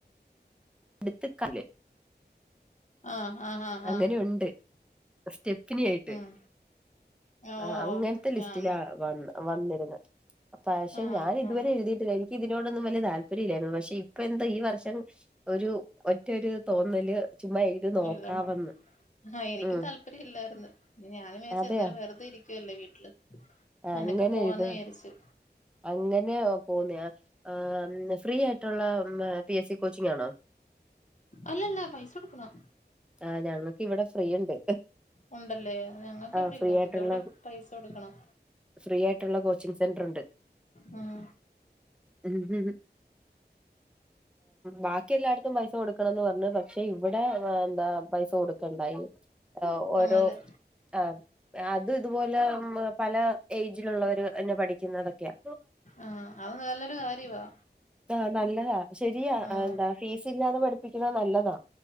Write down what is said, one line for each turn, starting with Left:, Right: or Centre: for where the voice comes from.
Centre: <unintelligible>
Left: ആഹ്ആഹ് ആഹ്
Centre: അങ്ങനെ
Left: ആഹ്
Centre: ഉണ്ട് സ്റ്റെപ്പിനി ആയിട്ട്.
Left: ഉം ഓ
Centre: ആഹ് അങ്ങനത്തെ
Left: ഓ
Centre: ലിസ്റ്റിലാ
Left: ആന്നോ
Centre: വന്നേ- വന്നിരുന്നു. പക്ഷെ
Left: ആഹ്
Centre: ഞാൻ ഇതുവരെ
Left: ആഹ്
Centre: എഴുതി എനിക്ക് ഇതിനോടൊന്നും വലിയ താല്പര്യമില്ലായിരുന്നു പക്ഷെ ഇപ്പൊ എന്താ ഈ വർഷം ഒരു ഒറ്റരു തോന്നല് ചുമ്മാ നോക്കാവെന്ന്
Left: എഴുതണം ആഹ് എനിക്കും
Centre: ഉം
Left: താല്പര്യം ഇല്ലായിരുന്നു. പിന്നെ ഞാനും വിചാരിച്ചു
Centre: അതെയാ
Left: എന്താലും വെറുതെ ഇരി ക്കല്ലേ വീട്ടില് ഇങ്ങനൊക്കെ
Centre: അങ്ങനെ
Left: പോവാന്ന്
Centre: എഴുതാ
Left: വിചാരിച്ചു.
Centre: അങ്ങനെ പോന്നയാ ആഹ് ഫ്രീ ആയിട്ടുള്ള പി എസ് സി കോച്ചിങ് ആണോ?
Left: അല്ലല്ല പൈസ കൊടുക്കണം.
Centre: ആഹ് ഞങ്ങൾക്ക് ഇവിടെ ഫ്രീ ഉണ്ട്.
Left: ഉണ്ടല്ലേ ഞങ്ങക്ക്
Centre: ആഹ്
Left: എവിടെ
Centre: ഫ്രീ
Left: ഇല്ല
Centre: ആയിട്ടുള്ള
Left: ഞങ്ങക്ക് ഇവിടെ പൈസ കൊടുക്കണം.
Centre: ഫ്രീ ആയിട്ട്ള്ള കോച്ചിങ് സെന്റർ ഇണ്ട്.
Left: ഉം
Centre: ഉം ഉം ബാക്കി എല്ലായിടത്തും പൈസ കൊടുക്കണംന്ന് പറഞ്പക്ഷെ ഇവടെ ന്താപൈസ കൊടുക്കണ്ട ഇ ഈ ഓരോ
Left: ആന്നല്ലേ
Centre: ആഹ് അത് ഇതുപോലെ പല ഏയ്ജിലുള്ളവര് തന്നെ പഠിക്കുന്നതൊക്കെയാ.
Left: ആഹ് അതു നല്ലൊരു കാര്യവാ.
Centre: ആഹ് നല്ലതാ ശെരിയാ
Left: ആഹ്
Centre: എന്താ ഫീസ് ഇല്ലാതെ പഠിപ്പിക്കുന്നത് നല്ലതാ.